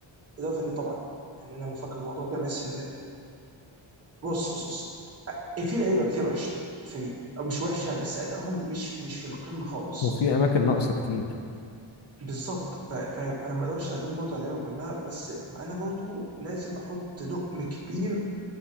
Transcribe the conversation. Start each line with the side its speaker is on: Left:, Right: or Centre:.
Right: بالاضافه ان طبعا يعني انا بفكر في الموضوع كده بحس ان بص بص بص في لعيبه كتير وحشه في الفريق او مش وحشه بس ادائهم مش مش في القمه خالص
Left: وفي أماكن ناقصة كتير
Right: بالظبط ف- فاهم انا ما اقدرش الوم برضه على اللعيبه كلها بس انا برضه لازم احط لقم كبير